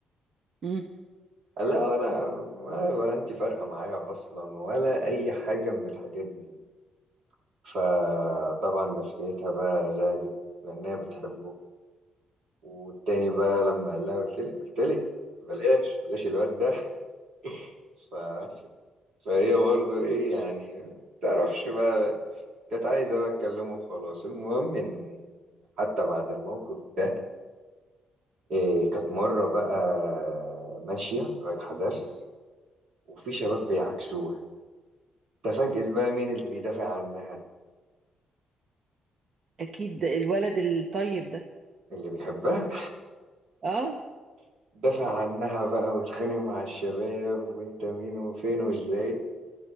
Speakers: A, on the right (about 50°); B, on the right (about 75°).
A: مم.
B: قال لها ولا ولا ولا انت فارقة معايا اصلا ولا اي حاجة من الحاجات دي فطبعا نفسيتها بقى زعلت لانها بتحبه والتاني بقى لما قال لها قلت لك قلت لك بلاش بلاش الواد ده <laughs> فهي برضو ايه يعني تعرفش بقى كانت عايزة بقى اتكلمه وخلاص المهم ان حتى بعد الموقف ده إيه كانت مرة بقى ماشية رايحة درس وفي شباب بيعكسوها تفاجئت بقى مين اللي بيدافع عنها
A: اكيد الولد الطيب ده
B: اللي بيحبها
A: اه
B: <laughs> دافع عنها بقى واتخانق مع الشباب وانت مين وفين وازاي